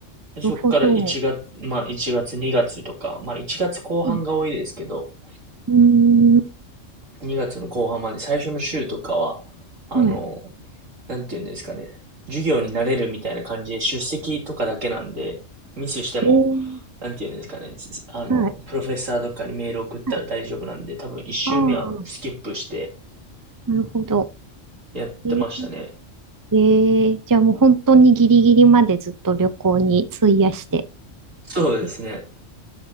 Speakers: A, on the right (about 80°); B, on the right (about 20°).
A: で、そこから1月、
B: るほど。
A: まあ、1月、2月とか、まあ、1月後半が多いですけど、
B: うん、う
A: 2月の後半まで最初の週とかは、あの、
B: ーんはい。
A: なんていうんですかね、授業に慣れるみたいな感じで出席とかだけなんで、ミスしても、
B: えー、
A: なんていうんですかね、あの、
B: はい。
A: プロフェッサーとかにメール送ったら大丈夫なんで、
B: はい。
A: 多分1週目はスキップして
B: ああ、なるほど。
A: やってましたね。
B: えー、えーじゃあもう本当にギリギリまでずっと旅行に費やして。
A: そうですね。
B: え